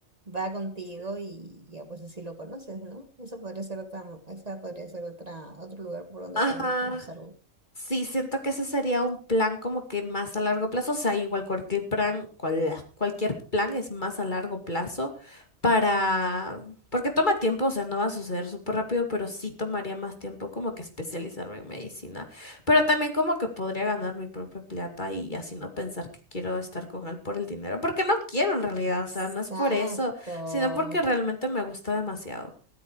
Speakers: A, on the right; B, on the left.
A: va contigo y ya pues así lo conoces, ¿no? Eso podría ser otra, esa podría ser otra, otro lugar por donde
B: Ajá.
A: podrías conocerlo.
B: Sí, siento que ese sería un plan como que más a largo plazo, o sea, igual cualquier plan, cual- cualquier plan es más a largo plazo para, porque toma tiempo, o sea, no va a suceder súper rápido, pero sí tomaría más tiempo como que especializarme en medicina, pero también como que podría ganar mi propia plata y así no pensar que quiero estar con él por el dinero, porque no quiero en realidad,
A: Exacto.
B: o sea, no es por eso, sino porque realmente me gusta demasiado.